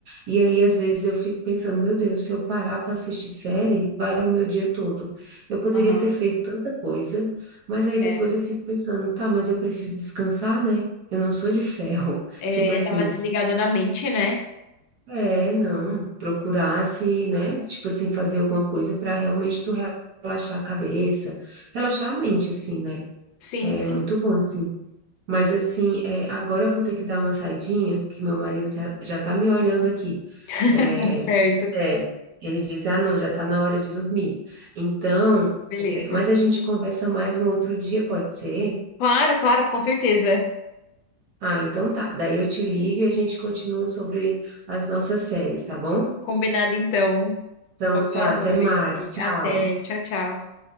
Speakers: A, on the right; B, on the left.
A: E aí, às vezes, eu fico pensando, meu Deus, se eu parar para assistir série, vai o meu dia todo. Eu poderia
B: Aham.
A: ter feito tanta coisa, mas aí
B: É.
A: depois eu fico pensando, tá, mas eu preciso descansar, né? Eu não sou de ferro.
B: É,
A: <laughs> Tipo assim,
B: dá uma desligada na mente, né?
A: é, não, procurar se, né? Tipo assim, fazer alguma coisa para realmente tu relaxar a cabeça, relaxar a mente, assim, né?
B: Sim,
A: É
B: sim.
A: muito bom, sim. Mas assim, é, agora eu vou ter que dar uma saidinha, que meu marido tá- já tá me olhando aqui.
B: <laughs>
A: É,
B: Certo.
A: é, ele diz, ah, não, já tá na hora de dormir. Então,
B: Beleza.
A: é, mas a gente conversa mais um outro dia, pode ser?
B: Claro, claro, com certeza.
A: Ah, então tá. Daí eu te ligo e a gente continua sobre as nossas séries, tá bom?
B: Combinado então.
A: Então
B: Uma boa
A: tá,
B: noite.
A: até mais. Tchau.
B: Até. Tchau, tchau.